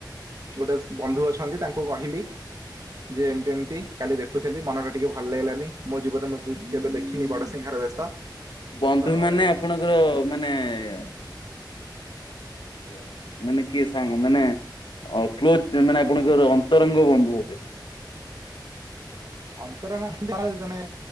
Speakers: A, on the right (about 50°); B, on the left (about 90°).
A: ଗୋଟେ ବନ୍ଧୁ ଅଛନ୍ତି ତାଙ୍କୁ କହି ହିଲି। ଯେ ଏମିତି ଏମିତି କାଲି ଦେଖୁଥିଲି ମନ ଟା ଟିକେ ଭଲ ଲାଗିଲାନି ମୋ ଜୀବନରେ ମୁଁ କେବେ ଦେଖିନି ବଡସିଂଘାର ବେଶ।
B: ବନ୍ଧୁ
A: ତ
B: ମାନେ ଆପଣଙ୍କର-ଅ-ଅ-ଅ ମାନେ-ଏ-ଏ-ଏ-ଏ ହୁଁ। ମାନେ କିଏ ସାଙ୍ଗ ମାନେ ଅ କ୍ଲୋଜ ମାନେ ଆପଣଙ୍କର ଅନ୍ତରଙ୍ଗ ବନ୍ଧୁ ଅଟେ।
A: ଅନ୍ତରଙ୍ଗ <unintelligible> ଜଣେ